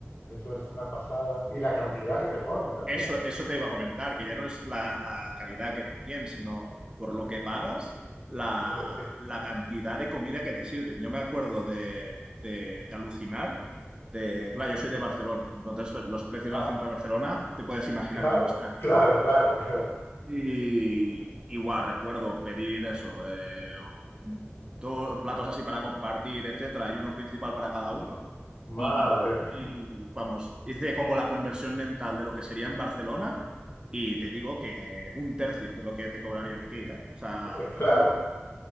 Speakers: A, on the left (about 55°); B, on the right (about 20°).
A: eso es una pasada, y la cantidad que te ponen también.
B: Eso, eso te iba a comentar, que ya no es la, la calidad que también, sino por lo que pagas, la,
A: <laughs> sí.
B: la cantidad de comida que te sirven. Yo me acuerdo de, de- de alucinar, de, claro, yo soy de Barcelona, entonces pues, los precios
A: Ah,
B: del centro de Barcelona, te puedes imaginar
A: claro,
B: cómo están.
A: claro, claro, claro.
B: Y igual recuerdo pedir eso, eh, dos platos así para compartir, etcétera, y uno principal para cada uno. Y,
A: Madre
B: y-
A: mía,
B: y, vamos, hice como la conversión mental de lo que sería en Barcelona y te digo que un tercio de lo que te cobrarían aquí, ¿eh? O sea,
A: <laughs> eh, claro,
B: muy...